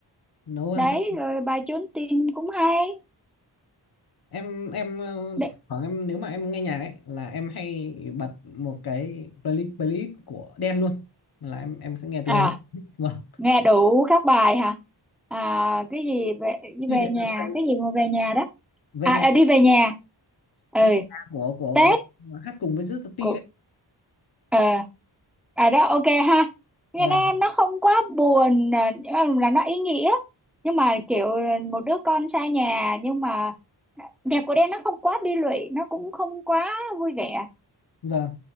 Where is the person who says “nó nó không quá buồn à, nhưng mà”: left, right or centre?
Centre